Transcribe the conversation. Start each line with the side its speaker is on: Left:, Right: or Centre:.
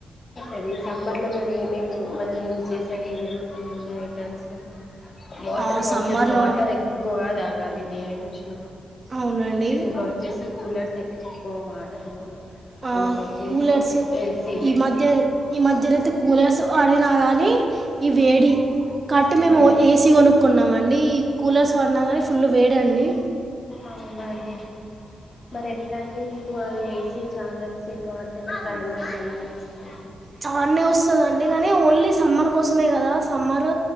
Left: అది సమ్మర్లో మరి ఏమేమి మనం యూజ్ చేసేవి ఏమేమి ఉంటాయండి ఐటమ్స్ వాటర్
Right: ఆ
Left: బాటిల్స్
Right: సమ్మర్లో
Left: వాటర్ ఎక్కువగా తాగాలి డీహైడ్రేషన్
Right: అవునండి
Left: ఇది ఇంకా వచ్చేసి కూలర్స్ ఎక్కువ వాడము
Right: ఆ,
Left: ఇంకొచ్చేసి
Right: కూలర్స్
Left: ఏసీలు
Right: ఈ మధ్య ఈ మధ్యయితే కూలర్స్ ఆడిగినా కానీ ఈ వేడి కాట్టి మేము
Left: ఉమ్.
Right: ఏసీ కొనుక్కున్నామ అండి ఈ కూలర్స్ వన్నా కానీ ఫుల్ వేడండి
Left: అవునా అండి మరి ఎట్లా అండి మీకు అది ఎసీ చాల సేపు ఆడితే మరి కరెంట్ బిల్ ఎలా వచ్చేసి
Right: చానే వస్తుందండి కాని ఓన్లీ సమ్మర్ కోసమే కదా సమ్మర్